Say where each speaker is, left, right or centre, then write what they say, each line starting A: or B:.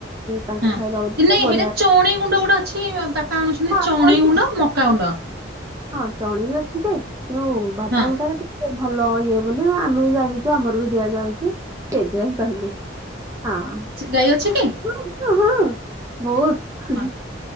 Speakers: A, on the right; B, on the right.
A: ତାଙ୍କୁ
B: ହଁ
A: ଖାଇବାକୁ ଦେବେ
B: ନାଇଁ
A: ବଢିଆ
B: ସେଇଟା ଚଣେଇ ଗୁଣ୍ଡ ଗୋଟେ ଅଛି ବାପା ଆଣୁଛନ୍ତି
A: ହଁ
B: ଚଣେଇ
A: ଚଣି
B: ଗୁଣ୍ଡ ମକା ଗୁଣ୍ଡ
A: ହଁ ଚଣି ବି ଅଛି ଯେ ଯଉ ବାଦାମ
B: ହଁ
A: ତାରେ ଭଲ ଇଏ ବୋଲି ଆମେ ବି ଜାଣିଛୁ ଆମର ବି ଦିଆ ନିଆ ହଉଛି। <unintelligible> ହଁ।
B: ଡାଇ ଅଛି କି?
A: ହଁ ହଁ ବହୁତ
B: ହଁ